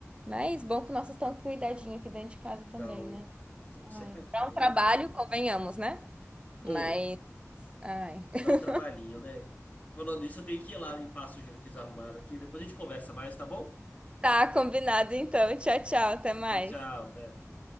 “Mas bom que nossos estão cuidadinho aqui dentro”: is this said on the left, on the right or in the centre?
Right